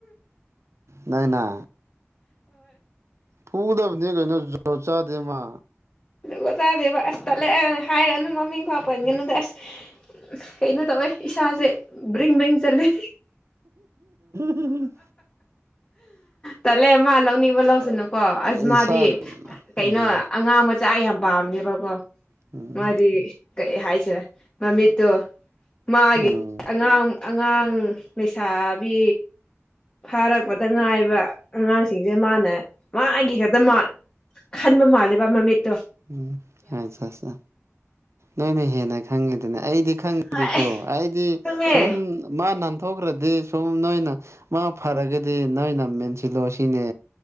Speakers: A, on the right; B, on the left.
A: ꯅꯪꯅ ꯐꯨꯗꯕꯅꯦ ꯀꯩꯅꯣ ꯖꯣ ꯆꯥꯗꯦ ꯃꯥ
B: ꯖꯨꯒꯣꯠ ꯆꯥꯗꯦꯕ ꯑꯁ ꯇꯜꯂꯦ ꯍꯥꯏꯔꯅꯨ ꯃꯃꯤꯡ ꯐꯥꯎ ꯄꯟꯒꯅꯨꯗ ꯑꯁ ꯀꯩꯅꯣ ꯇꯧꯋꯦ ꯏꯁꯥꯁꯦ ꯕ꯭ꯔꯤꯡ ꯕ꯭ꯔꯤꯡ ꯆꯠꯂꯦ
A: ꯎꯝ
B: ꯇꯜꯂꯦ ꯃꯥ ꯂꯧꯅꯤꯡꯕ ꯂꯧꯁꯅꯨꯀꯣ ꯑꯁ
A: ꯏꯁꯥ
B: ꯃꯥꯗꯤ ꯀꯩꯅꯣ
A: ꯎꯝ
B: ꯑꯉꯥꯡ ꯃꯆꯥ ꯌꯥꯝ ꯄꯥꯝꯃꯦꯕꯀꯣ
A: ꯎꯝ
B: ꯃꯥꯗꯤ ꯀꯩ ꯍꯥꯏꯁꯤꯔ ꯃꯃꯤꯠꯇꯣ ꯃꯥꯒꯤ
A: ꯎꯝ
B: ꯑꯉꯥꯡ ꯑꯉꯥꯡ ꯂꯩꯁꯥꯕꯤ ꯐꯥꯔꯛꯄꯗ ꯉꯥꯏꯕ ꯑꯉꯥꯡꯁꯤꯡꯁꯦ ꯃꯥꯅ ꯃꯥꯒꯤ ꯈꯛꯇꯃꯛ ꯈꯟꯕ ꯃꯥꯜꯂꯦꯕ ꯃꯃꯤꯠ
A: ꯎꯝ ꯑꯠꯆꯥ ꯑꯠꯆꯥ ꯅꯣꯏꯅ ꯍꯦꯟꯅ ꯈꯪꯉꯦꯗꯅ ꯑꯩꯗꯤ ꯈꯪꯗꯦꯀꯣ
B: ꯍꯣꯏ
A: ꯑꯩꯗꯤ
B: ꯈꯪꯉꯦ
A: ꯁꯨꯝ ꯃꯥ ꯍꯧꯈ꯭ꯔꯗꯤ ꯁꯨꯝ ꯅꯣꯏꯅ ꯃꯥ ꯐꯔꯒꯗꯤ ꯅꯣꯏꯅ ꯃꯦꯟꯁꯤꯜꯂꯣ ꯁꯤ ꯁꯤꯅꯦ